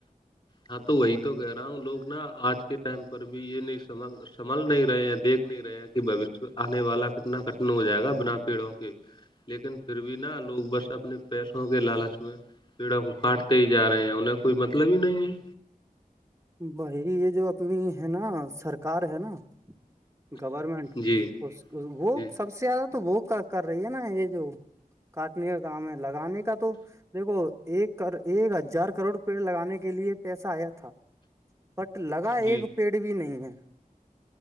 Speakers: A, on the left (about 35°); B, on the right (about 20°).
A: ہاں تو وہی تو کہہ رہا ہوں لوگ نا آج کے ٹائم پر بھی یہ سمل سمھل نہیں رہے ہیں دیکھ نہیں رہے ہیں کہ بشیہ آنے والا کتنا کٹن ہو جائے گا بنا پیڑوں کے لیکن پھر بھی نہا لوگ بس اپنے پیسوں کے لالچ میں پیڑوں کو کاٹتے ہی جا رہے ہیں انہ کا کوئی مطلب ہی نہیں ہے
B: بائی یہ جو اپنی ہے نا سرکار ہے نا گورمنٹ
A: جی
B: اس وہ
A: جی
B: سب سے زیادہ تو وہ کر رہی ہے نا یہ جو کاٹنے کا کام ہے لگانے کا تو دیکھو ایک ایک ہزار کروڑ پیڑ لگانے کے لیے پیسہ آیا تھا بٹ لگا
A: جی
B: ایک پیڑ بھی نہیں ہے